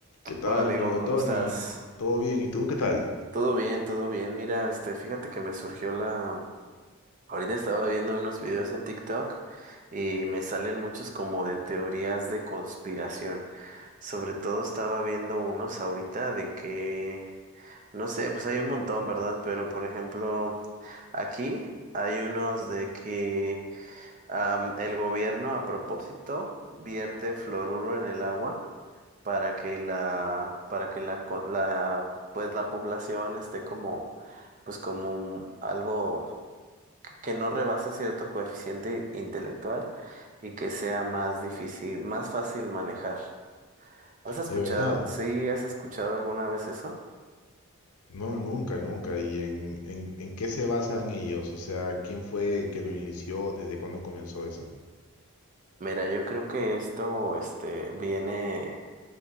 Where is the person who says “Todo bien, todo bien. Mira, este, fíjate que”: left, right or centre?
Right